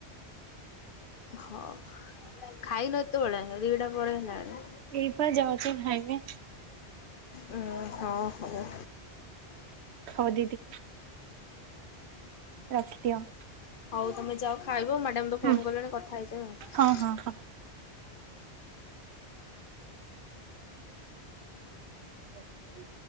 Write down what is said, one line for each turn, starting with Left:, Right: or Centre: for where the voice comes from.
Left: ହଁ ଖାଇନେ ଏତେ ବେଳେ ଦିଟା ପରେ ହେଲାଣି।
Right: ଏଇପା ଯାଉଛି ଖାଇମି।
Left: ଉଁ ହଁ ହଁ।
Right: ହଁ ଦିଦି। ରଖିଦିଅ।
Left: ହଉ ତମେ ଯାଅ ଖାଇବ ମ୍ୟାଡାମ ତ ଫୋନ
Right: ହୁଁ
Left: କଲେଣି କଥା ହେଇ ଯାଅ ଆଉ।
Right: ହଁ ହଁ ହଁ। ହୁଁ